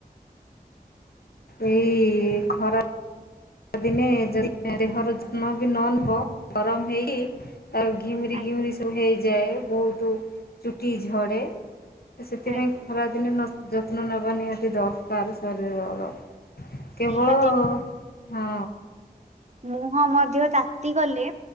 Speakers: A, on the left; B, on the right.
A: ଏଇ ଖରା ଦିନେ ଯଦି ଦେହର ଯତ୍ନ ବି ନ ନବ ଗରମ ହେଇକି ତା ଘିମିରି
B: ଆଜ୍ଞା
A: ଘିମିରି ସବୁ ହେଇଯାଏ ବହୁତ ଚୁଟି ଝଡ଼େ। ତ ସେଥିପାଇଁ
B: ଆଜ୍ଞା
A: ଖରାଦିନେ ଯତ୍ନ ନେବା ନିହାତି ଦରକାର ଶରୀରର। କେବଳ
B: ନିହାତି
A: ହଁ।
B: ମୁହଁ ମଧ୍ୟ ତାତି ଗଲେ